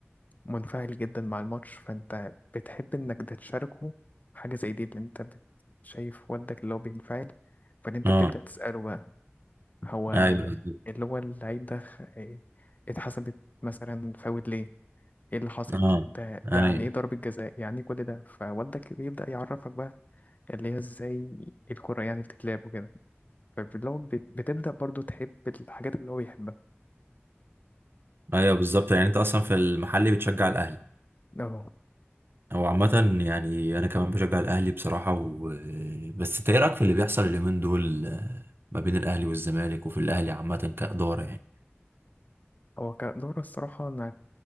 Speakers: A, on the left; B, on the right.
A: منفعل جدا مع الماتش فانت بتحب انك ده تشاركه حاجة زي دي اللي انت بت- شايف والدك اللي هو بينفعل فان انت
B: اه
A: بتبدأ تسأله بقى هو
B: ايوه بالظبط
A: اللي هو العيب ده خ- اتحسبت مثلا فاول ليه ايه اللي حصل
B: اه
A: ده يعني
B: ايوه
A: ايه ضربة جزاء يعني ايه كل ده فوالدك بيبدأ يعرفك بقى اللي هي ازاي الكرة يعني بتتلعب وكده فاللي هو بت- بتبدأ برضو تحب الحاجات اللي هو يحبها
B: ايوه بالظبط يعني انت اصلا في المحل بتشجع الاهلي
A: اهو
B: هو عامة يعني أنا كمان بشجع الأهلي بصراحة و... بس أنت إيه رأيك في اللي بيحصل اليومين دول آه، ما بين الأهلي والزمالك وفي الأهلي عامة كإدارة يعني
A: هو كدورة الصراحة انا